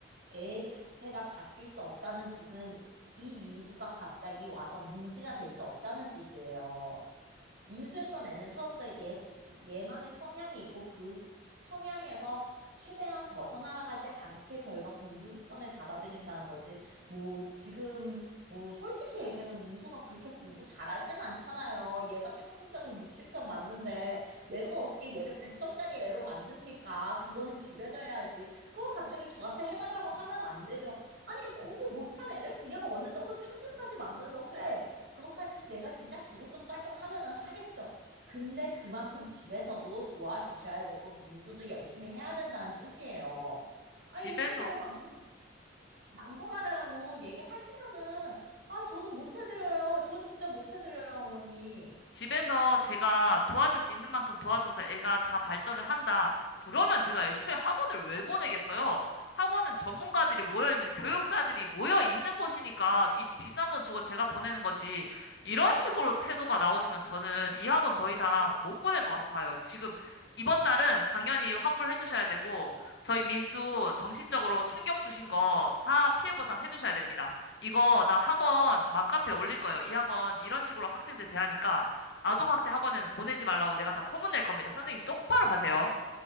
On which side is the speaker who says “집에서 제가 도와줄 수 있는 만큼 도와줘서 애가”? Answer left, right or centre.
Left